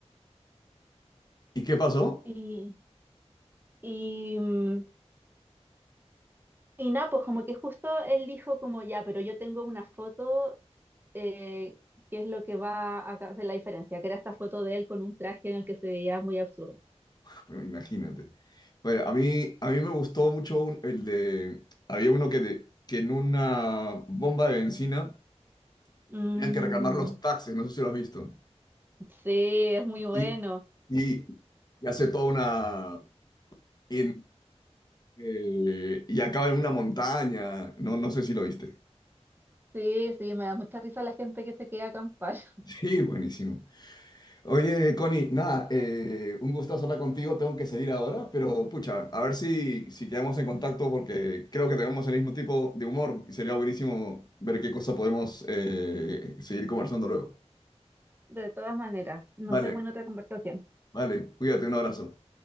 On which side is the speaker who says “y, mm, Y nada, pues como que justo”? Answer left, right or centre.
Right